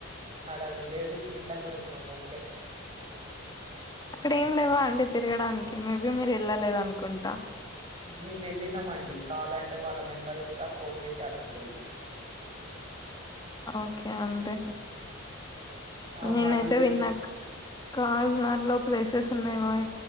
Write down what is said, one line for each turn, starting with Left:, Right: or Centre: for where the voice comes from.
Right: ఆడ రిలేటివ్స్ ఇంట్లక్ వెేళ్ళినం అంతే
Left: అక్కడ ఏం లేవా అండి తిరగడానికి మేబీ మీరు వెళ్ళలేదు అనుకుంటా
Right: మేము వెళ్ళినామండి కావాలంటే వాళ్ళ నెంబర్ ఇస్తా ఫోన్ చేసి అడుక్కోండి
Left: ఓకే అండి
Right: ఆ
Left: నేనైతే
Right: మా రిలేట్
Left: విన్నా కాజ్ నా లో ప్లేసెస్ ఉన్నాయి